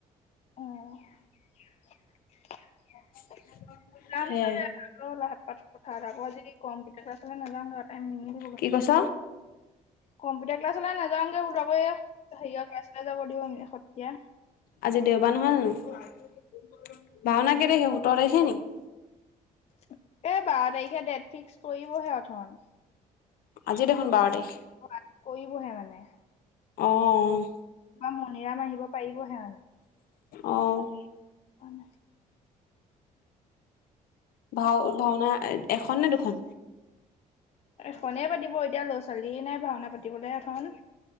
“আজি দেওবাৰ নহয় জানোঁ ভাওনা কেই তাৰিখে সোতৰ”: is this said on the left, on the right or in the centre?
Left